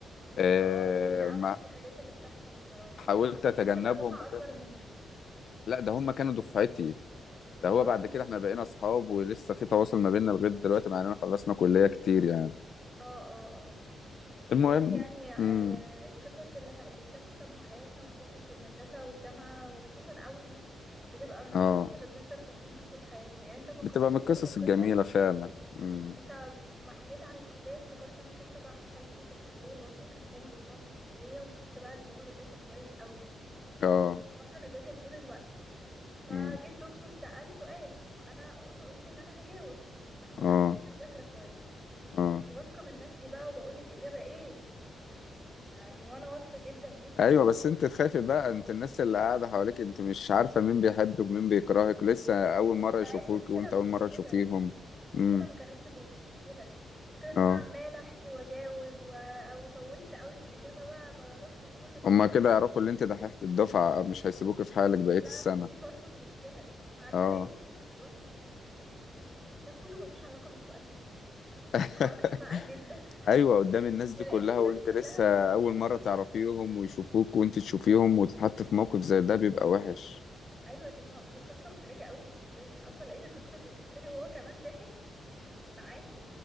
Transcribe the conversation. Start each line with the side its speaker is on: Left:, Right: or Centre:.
Left: آه،
Centre: اه دي من اوحش
Left: ما
Centre: الحاجات اللي بتحصل بصراحه
Left: حاولت
Centre: اكيد
Left: اتجنبهم
Centre: بتبقى دفعه
Left: وكده
Centre: اكبر منك
Left: لا ده هم كانوا دفعتي
Centre: والله
Left: ده هو بعد كده احنا بقينا اصحاب ولسه في تواصل ما بيننا لغاية دلوقتي مع اننا خلصنا كلية كتير يعني
Centre: اه اه اه والله
Left: المهم
Centre: يعني آه
Left: امم
Centre: القصص اللي اللي بتحصل في حياتنا وخصوصا في المدرسة والجامعة وخصوصا أول يوم بتبقى من القصص
Left: اه
Centre: اللي بنفضل فاكرينها طول حياتنا يعني انت فكرتني
Left: بتبقى من القصص
Centre: برضو بقصة
Left: الجميلة فعلا امم
Centre: انت ما حكيت عن الكلية افتكرت انا قصة بقى حصلت لي في الكلية برضو كان تاني أسبوع في الكلية وكنت بقى اللي هو بذاكر كويس قوي
Left: اه
Centre: بفضل أذاكر طول الوقت فجيت
Left: امم
Centre: دكتور سأل سؤال فأنا قلت إن أنا هجاوب عشان
Left: اه
Centre: أنا كنت مذاكرة كويس
Left: اه
Centre: واثقة من نفسي بقى وبقول الإجابة ايه يعني وانا واثقة جدا جدا
Left: ايوه بس انت تخافي بقى انت الناس اللي قاعده حواليك انت مش عارفه مين بيحبك ومين بيكرهك لسه اول مره
Centre: لا
Left: يشوفوك
Centre: إيه المشكلة
Left: وانت
Centre: مش
Left: اول مره
Centre: في كده
Left: تشوفيهم
Centre: المشكلة
Left: امم
Centre: ما كانتش في في كده المشكلة ان
Left: اه
Centre: انا عمالة احكي واجاوب و... وطولت قوي في الاجابة بقى برد بكل ثقة
Left: هما كده يعرفوا اللي انت دحيحه الدفعه مش هيسيبوك في حالك بقيه
Centre: لا
Left: السنه
Centre: مش دي برضو المشكلة بعدها
Left: اه
Centre: لقيت الدكتور بيقول لي ايه اللي انت بتقوليه ده ده كله ملوش علاقة بالسؤال بتاعي
Left: <laughs>
Centre: اتحركت بقى جدا
Left: ايوه قدام
Centre: <laughs>
Left: الناس دي
Centre: ولقيت
Left: كلها
Centre: الناس
Left: وانت
Centre: كلها
Left: لسه
Centre: بتبص
Left: اول
Centre: لي
Left: مره تعرفيهم ويشوفوك وانت تشوفيهم وتتحط في موقف زي ده بيبقى وحش
Centre: ايوه دي م... دي قصة محرجة قوي بالنسبة لي انا اصلا لقيت الدكتور بيبص لي وهو كمان ضحك معاهم